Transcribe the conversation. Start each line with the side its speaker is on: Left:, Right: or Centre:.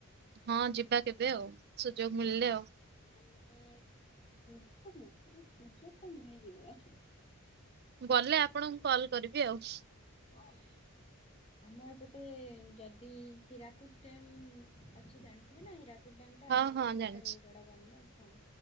Right: ହଁ ଯିବା କେବେ ଆଉ ସୁଯୋଗ ମିଳିଲେ ଆଉ।
Left: ଆମେ ସୁଯୋଗ ନାହିଁ ସୁଯୋଗ ତ ମିଳିଯିବ।
Right: ଗଲେ ଆପଣଙ୍କୁ କଲ୍ କରିବି ଆଉ।
Left: ହଁ ହଁ। ଆମ ଏପଟେ ଯଦି ହୀରାକୁଦ ଡ୍ୟାମ୍ ଅଛି ଜାଣିଥିବେ ନା ହୀରା କୁଦ୍ ଡ୍ୟାମଟା
Right: ହଁ
Left: ଆମ
Right: ହଁ
Left: ସବୁଠାରୁ
Right: ଜାଣିଛି।
Left: ବଡ ବନ୍ଦର ହଁ